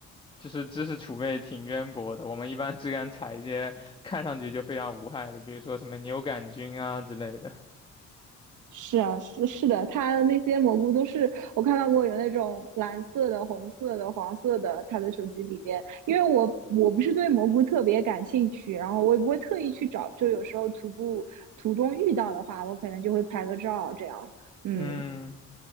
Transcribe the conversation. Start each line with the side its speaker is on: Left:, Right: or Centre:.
Left: 就是知识储备挺渊博的。我们一般只敢采一些看上去就非常无害的，比如说什么牛杆菌啊之类的。
Right: 是啊，是是的，它那些蘑菇都是我看到过有那种蓝色的、红色的、黄色的，它的手机里面。因为我我不是对蘑菇特别感兴趣，然后我也不会特意去找，就有时候徒步途中遇到的话，我可能就会拍个照这样。嗯，
Left: 嗯，